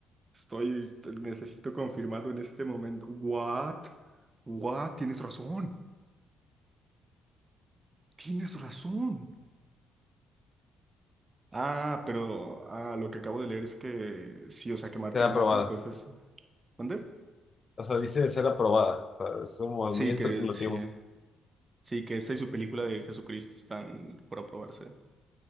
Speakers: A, on the right; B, on the left.
A: Estoy, necesito confirmarlo en este momento. What? What? Tienes razón. Tienes razón. Ah, pero ah, lo que acabo de leer es que sí, o sea, que Martin,
B: será aprobada.
A: Martin Scorsese. ¿Dónde?
B: O sea, dice de ser aprobada. O sea, es como
A: Sí,
B: muy especulativo.
A: que sí. Sí, que esta y su película de Jesucristo están por aprobarse.